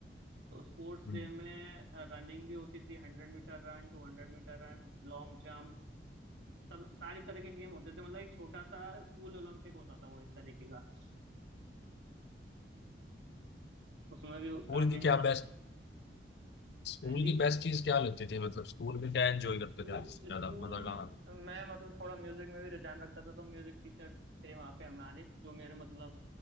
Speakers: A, on the right; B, on the left.
A: तो स्पोर्ट्स
B: हम्म।
A: डे में रनिंग भी होती थी हंड्रेड metre run टू हंड्रेड metre run long jump सब सारी तरह के गेम होते थे मतलब एक छोटा सा स्कूल ओलंपिक होता था वो एक तरीके का उसमें भी
B: स्कूल
A: काफी
B: की
A: मतलब
B: क्या बेस्ट स्कूल
A: हाँ जी
B: की बेस्ट चीज क्या लगती थी मतलब स्कूल में क्या एंजॉय करते
A: स्कूल
B: थे आप सबसे
A: स्कूल
B: ज्यादा मजा कहाँ
A: में
B: आता था?
A: मैं मतलब थोड़ा म्यूजिक में भी रुझान रखता था तो म्यूजिक टीचर्स थे वहाँ पे हमारे जो मेरे मतलब